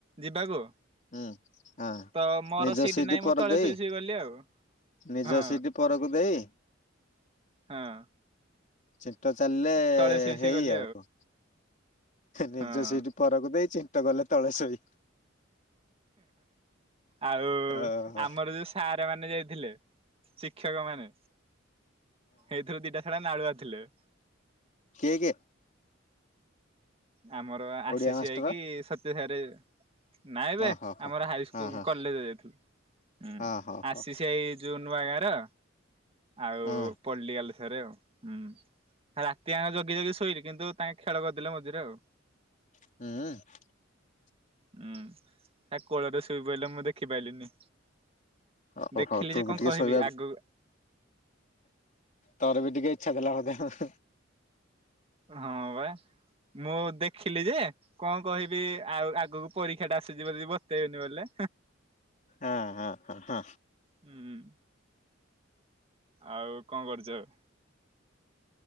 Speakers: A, on the right; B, on the left.
A: ଯିବାକୁ
B: ହୁଁ। ହଁ
A: ତ ମୋର
B: ନିଜ
A: ସିଟ୍
B: ସିଟ
A: ନାଇଁ
B: ପର
A: ମୁଁ ତଳେ
B: ଦେଇ
A: ଶୋଇ ଶୋଇ ଗଲି ଆଉ।।
B: ନିଜ
A: ହଁ।
B: ସେଟ୍ ପରକୁ ଦେଇ।
A: ହଁ।
B: ସେଟ ଚାଲିଲେ
A: ତଳେ ଶୋଇ ଶୋଇ
B: ହେଇ
A: ଗଲି
B: ଆଉ କ ନିଜ
A: ହଁ।
B: ସିଟ୍ ପରକୁ ଦେଇ ଚିନ୍ତ ଗଲେ ତଳେ ଶୋଇ।
A: ଆଉ
B: ଓହୋ
A: ଆମର ଯୋଉ ସାର ମାନେ ଯାଇଥିଲେ ଶିକ୍ଷକ ମାନେ। ଏଇଥିରୁ ଦିଟା ସାରା ନାଳୁଆ ଥିଲୁ।
B: କେ କେ।
A: ଆମର ଆସିସ୍
B: ଓଡିଆ ମାଷ୍ଟର
A: ଭାଇକି ସତ୍ୟସାରେ। ନାଇଁ ବେ
B: ଓହୋ ହୋ।
A: ଆମର ହାଇସ୍କୁଲ
B: ହଁ ହଁ
A: କଲେଜ୍ ଯାଇଥିଲୁ
B: ହଁ ହଉ ହଉ
A: ଆସିସ୍ ଭାଇ ଯୋଉ ନୂଆ ଗାର। ଆଉ
B: ହଁ
A: <inaudible> ଥରେ ଆଉ ହୁଁ ରାତି ଆଙ୍କ ଜଗି ଜଗି ଶୋଇଲି କିନ୍ତୁ ତାଙ୍କେ ଖେଳ କରିଦେଲେ ମଝିରେ ଆଉ।
B: ହୁଁ।
A: ହୁଁ ହ କୋଳ ରେ ଶ ଶୁଇପଡ଼ିଲେ ମୁଁ ଦେଖିପାରିଲିିନି
B: ହଉ
A: ଦେଖିଲି
B: ହଉ ତୁ
A: ଯେ
B: ବି
A: କଣ
B: ଟିକେ
A: କହିବି
B: ଶୋଇବାକୁ
A: ଆଗୁ
B: ତୋର ବି ଟିକେ ଇଛା ଥିଲା ବୋଧେ?
A: ହଁ ବା ମୁଁ ଦେଖିଲି ଯେ କଣ କହିବି ଆଉ ଆଗକୁ ପରୀକ୍ଷା ଟା ଆସିଯିବ ଯିବ ତେନି ବଲେ।
B: ହଁ ହଁ ହଁ।
A: ହୁଁ ଆଉ କଣ କରୁଛ ଆଉ?